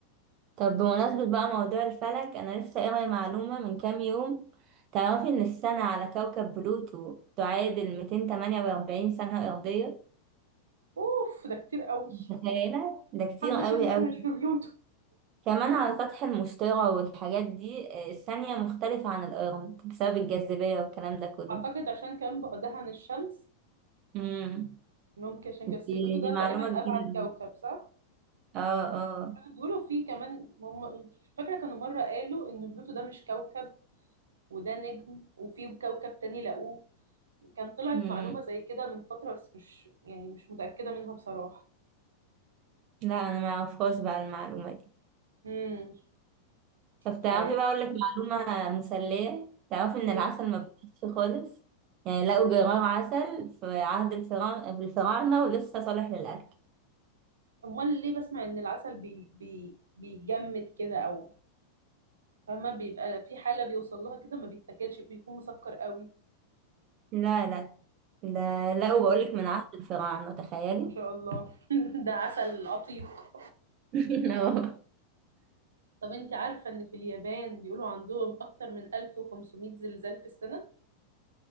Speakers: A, on the right; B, on the right.
A: طب بمناسبة بقى موضوع الفلك أنا لسه قارية معلومة من كام يوم تعرفي إن السنة على كوكب بلوتو تعادل 248 سنة أرضية
B: اوف ده كتير قوي
A: متخيلة ده كتير
B: الحمد
A: قوي
B: لله ان احنا
A: قوي
B: مش في بلوتو
A: كمان على سطح المشتري والحاجات دي آه، الثانية مختلفة عن الأرض بسبب الجاذبية والكلام ده كله
B: اعتقد عشان كان بعدها عن الشمس
A: امم
B: ممكن عشان كده بس
A: دي,
B: بلوتو ده
A: دي معلومة
B: تقريبا ابعد
A: جديدة
B: كوكب صح
A: اه اه
B: بيقولوا فيه كمان هم فاكره كانوا مره قالوا ان بلوتو ده مش كوكب وده نجم وفي كوكب تاني لقوه كان طلعت
A: امم
B: معلومة زي كده من فترة بس مش يعني مش متأكدة منها بصراحة
A: لا أنا ما أعرفهاش بقى المعلومة دي.
B: امم
A: طب
B: مش
A: تعرفي
B: عارف
A: بقى اقول لك معلومه مسليه تعرفي
B: امم
A: ان العسل ما بيتنسيش خالص يعني لقوا جرار عسل في عهد الفراعنه في الفراعنه ولسه صالح للاكل
B: امال ليه بسمع ان العسل بي بي بيجمد كده او فما بيبقى في حالة بيوصل لها كده ما بيتاكلش بيكون مسكر قوي
A: لا لا ده لقوا
B: امم
A: بقول لك من عهد الفراعنه تخيلي
B: ما شاء الله <laughs> ده عسل عتيق
A: <laughs> اه
B: طب انت عارفة ان في اليابان بيقولوا عندهم اكتر من 1500 زلزال في السنة